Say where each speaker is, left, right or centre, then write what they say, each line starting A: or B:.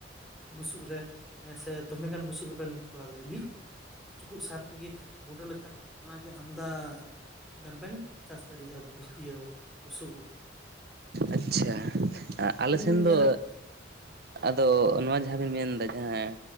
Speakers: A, in the centre; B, on the right (about 55°).
A: ᱵᱩᱥᱩᱵ ᱨᱮ ᱥᱮ ᱫᱚᱢᱮᱜᱟᱱ ᱵᱩᱥᱩᱵ ᱨᱮᱵᱮᱱ ᱠᱚᱨᱟᱣ ᱫᱟᱲᱮᱭᱟᱜᱼᱟ ᱢᱤᱫᱼᱼ ᱪᱩᱯᱩᱫ ᱥᱟᱨ ᱛᱮᱜᱮ ᱜᱩᱸᱰᱟᱹ ᱞᱮᱠᱷᱟᱱ ᱚᱱᱟᱜᱮ ᱟᱢᱫᱟ ᱜᱟᱱ ᱵᱮᱱ ᱪᱟᱥ ᱫᱟᱲᱮᱭᱟᱜᱼᱟ ᱤᱭᱟᱹ ᱵᱩᱥᱩᱵ ᱩᱫ
B: ᱟᱪᱪᱷᱟ᱾ ᱟᱞᱮ
A: ᱟᱵᱮᱱ
B: ᱥᱮᱱ
A: ᱵᱮᱱ
B: ᱫᱚ
A: ᱧᱮᱞᱟ
B: ᱟᱫᱚ ᱱᱚᱣᱟ ᱡᱟᱦᱟᱸᱵᱤᱱ ᱢᱮᱱᱫᱟ ᱡᱟᱦᱟᱸ